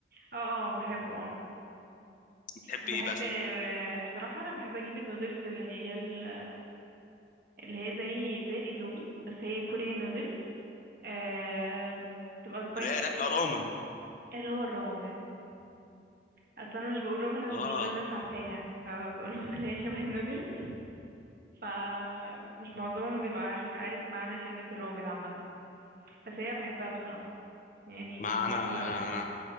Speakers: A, on the right; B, on the left.
A: اه اه بحبه اه
B: بتحب
A: بحب
B: ايه بقى فيه
A: آه، بصراحه انا بحب اجيب النودلز اللي هي ال... اللي هي زي زي الاندومي بس هي كوريان نودلز آه... بتبقى سبايسي
B: لا لا
A: كده
B: رامن
A: اللي هو الرومن اصلا انا مش بقول رومن عشان
B: اه
A: مش كل الناس عارفاها فبقول لهم اللي هي شبه النودلز فمش معظمهم بيبقى عارف عارف معنى كلمة الرومن عامة بس هي بحبها بصراحة يعني
B: ما انا
A: هي حلوة قوي